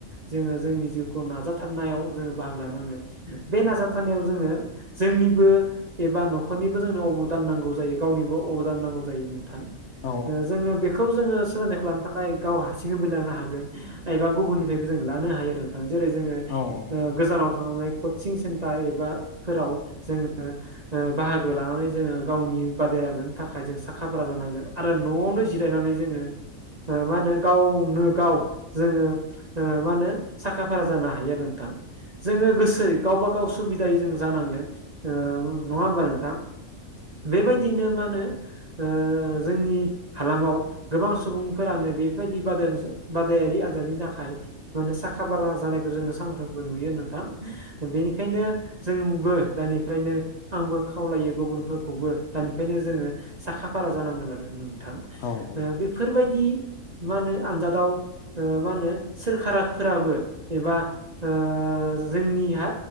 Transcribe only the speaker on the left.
औ उम औ
औ औ।
औ